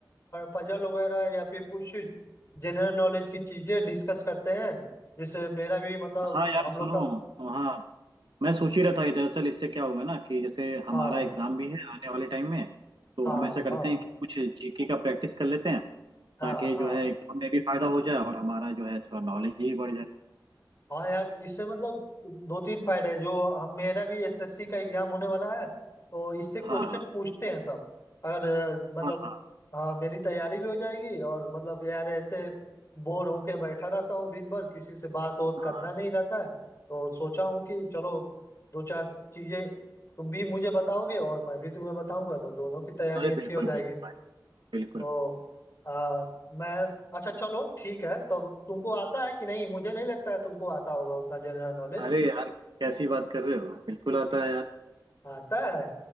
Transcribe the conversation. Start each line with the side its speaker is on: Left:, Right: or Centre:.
Left: पजल वगैरह या फिर कुछ जनरल नॉलेज की चीजें डिस्कस करते हैं जिससे मेरा भी मतलब
Right: हाँ यार
Left: हम
Right: सुनो
Left: लोग का
Right: हाँ मैं सोच ही रहा था कि दरअसल इससे क्या होगा ना कि जैसे हमारा
Left: हाँ
Right: एग्जाम भी है आने वाले टाइम में तो
Left: हाँ
Right: हम ऐसा करते
Left: हाँ
Right: हैं कि कुछ जीके का प्रैक्टिस कर लेते हैं
Left: हाँ
Right: ताकि
Left: हाँ
Right: जो है एग्जाम में भी फायदा हो जाए और हमारा जो है थोड़ा नॉलेज भी बढ़ जाए
Left: हाँ यार इससे मतलब दो तीन फायदे हैं जो हम- मेरा भी एसएससी का एग्जाम होने वाला है तो इससे क्वेश्चन
Right: हाँ हाँ
Left: पूछते हैं सब अगर अ, मतलब
Right: हाँ हाँ
Left: हाँ मेरी तैयारी भी हो जाएगी और मतलब यार ऐसे बोर होके बैठा रहता हूँ दिन भर किसी से बात वोत
Right: हाँ
Left: करना नहीं रहता है तो सोचा हूँ कि चलो दो चार चीजें तुम भी मुझे बताओगे और मैं भी तुम्हें बताऊंगा तो दोनों की तैयारी
Right: अरे
Left: अच्छी
Right: बिल्कुल
Left: हो जाएगी
Right: बिल्कुल भाई बिल्कुल
Left: तो आ, मैं अच्छा चलो ठीक है तो तुमको आता है कि नहीं मुझे नहीं लगता है तुमको आता होगा उतना जनरल नॉलेज
Right: अरे यार कैसी बात कर रहे हो बिल्कुल आता है यार
Left: आता है